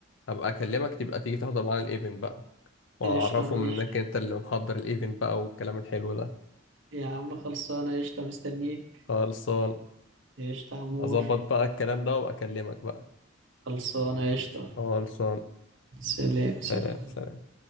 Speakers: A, on the left; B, on the right.
A: هبقى أكلمك تبقى تيجي تحضر معانا الإيفنت بقى واعرفهم
B: قشطة ماشي
A: انك انت اللي محضر الايفنت بقى والكلام الحلو ده
B: يا عم خلصانة قشطة مستنيك
A: خلصان
B: قشطة يا عمور
A: اظبط بقى الكلام ده واكلمك بقى
B: خلصانة قشطة
A: خلصان
B: سلام سلام
A: سلام سلام